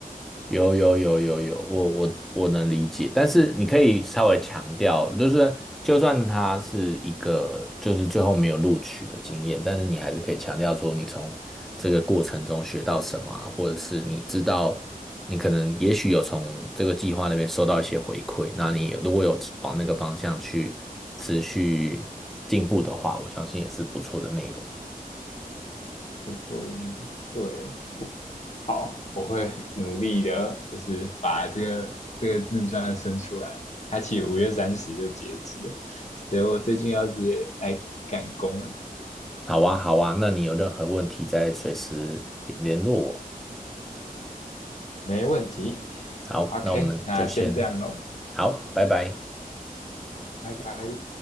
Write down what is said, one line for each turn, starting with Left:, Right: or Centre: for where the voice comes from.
Centre: 有有有有有，我我我能理解，但是你可以稍微强调，就是就算他是一个就是最后没有录取的经验，但是你还是可以强调说你从这个过程中学到什么啊或者是你知道你可能也许有从这个计划那边收到一些回馈，那你如果有往那个方向去持续进步的话，我相信也是不错的内容。
Left: 不错的对，好，我会努力的，就是把这个这个自传生出来。它其实五月三十就截止了，所以我最近要直接来赶工了。
Centre: 好啊，好啊，那你有任何问题再随时联络我。
Left: 没问题。
Centre: 好，
Left: OK，
Centre: 那我们就先
Left: 那先这样喽，
Centre: 好，拜拜。
Left: 拜拜。